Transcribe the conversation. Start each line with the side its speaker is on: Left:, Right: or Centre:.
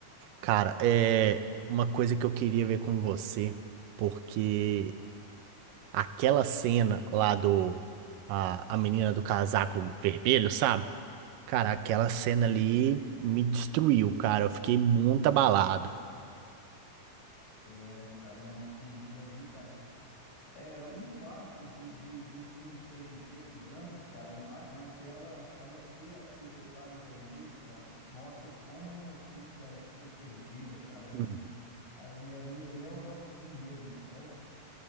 Right: Cara, é uma coisa que eu queria ver com você, porque Aquela cena lá do. A, a menina do casaco vermelho, sabe? Cara, aquela cena
Left: Hum,
Right: ali me destruiu, cara. Eu fiquei muito abalado.
Left: sério, cara, nossa, assim, aquilo ali, cara. É, o fato de, de, de o filme ser em preto e branco, cara, mas, mas ela, ela ter aquele detalhe em vermelho, cara, mostra como a inocência foi perdida, cara, ali,
Right: Hum,
Left: ali, ali, ali é o, é o fim mesmo, cara, é o,